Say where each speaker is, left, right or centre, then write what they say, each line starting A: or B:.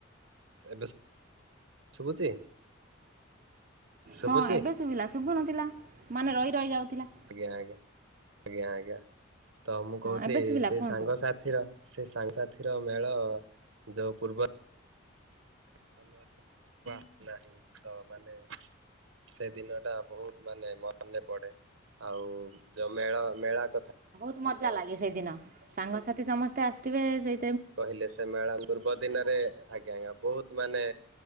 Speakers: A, on the right; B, on the right.
A: ଏବେ ଶୁଭୁଛି ଶୁଭୁଛି
B: ହଁ ଏବେ ଶୁଭିଲା ଶୁଭୁ ନଥିଲା ମାନେ ରହି ରହି ଯାଉଥିଲା।
A: ଆଜ୍ଞା ଆଜ୍ଞା ଆଜ୍ଞା ଆଜ୍ଞା ତ ମୁଁ କହୁଥିଲି
B: ହଁ ଏବେ ଶୁଭିଲା
A: ସେ
B: କୁହନ୍ତୁ
A: ସାଙ୍ଗ ସାଥିର ସେ ସାଙ୍ଗସାଥିର ମେଳ ଯୋଉ ପୂର୍ବ <unintelligible> ନାହିଁ ତ ମାନେ ସେ ଦିନ ଟା ବହୁତ ମାନେ ମନେ ପଡେ ଆଉ ଯୋଉ ମେଳ ମେଳା କଥା
B: ତ ମଜା ଲାଗେ ସେଇଦିନ ସାଙ୍ଗସାଥି ସମସ୍ତେ ଆସିଥିବେ ସେଇ
A: କହିଲେ ସେ ମେଳା ପୂର୍ବ ଦିନରେ ଆଜ୍ଞା ଆଜ୍ଞା ବହୁତ ମାନେ